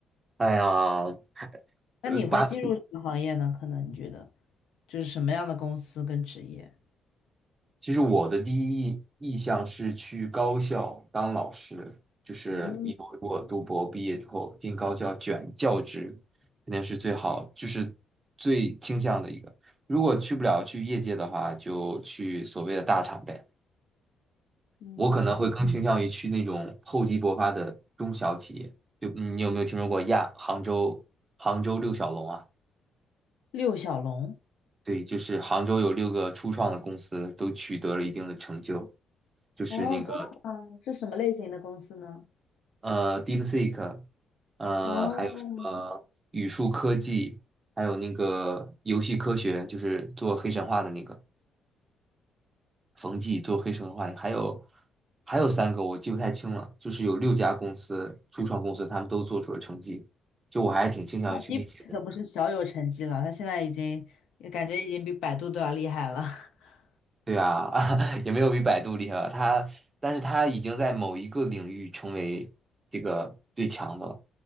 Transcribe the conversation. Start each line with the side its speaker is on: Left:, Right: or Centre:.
Right: 哎呀，
Left: 那你会进入什么行业呢？
Right: 呃，八岁
Left: 可能你觉得就是什么样的公司跟职业？
Right: 其实我的第一意意向是去高校当老师，就是以后如果读博毕业之后进高校卷教职，
Left: 嗯
Right: 肯定是最好，就是最倾向的一个。如果去不了去业界的话，就去所谓的大厂呗。
Left: 嗯，
Right: 我可能会更倾向于去那种厚积薄发的中小企业。就嗯你有没有听说过亚杭州杭州六小龙啊？
Left: 六小龙。
Right: 对，就是杭州有六个初创的公司都取得了一定的成就，就是那个
Left: 哦，真的吗？是什么类型的公司呢？
Right: 呃 DeepSeek，呃还有什么语数科技，
Left: 哦
Right: 还有那个游戏科学，就是做黑神话的那个冯骥做黑神话，还有还有三个我记不太清了，就是有六家公司初创公司他们都做出了成绩，就我还挺倾向于去那些的。
Left: d e e p s 可不是小有成绩了，他现在已经也感觉已经比百度都要厉害了。<laughs>
Right: 对啊，<laughs> 也没有比百度厉害吧？它，但是它已经在某一个领域成为这个最强的了。